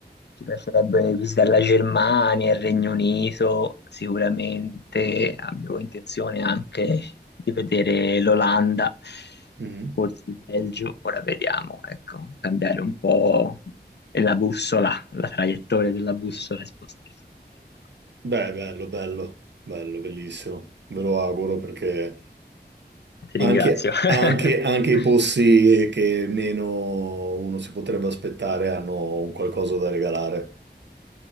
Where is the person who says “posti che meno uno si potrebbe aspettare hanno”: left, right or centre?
Right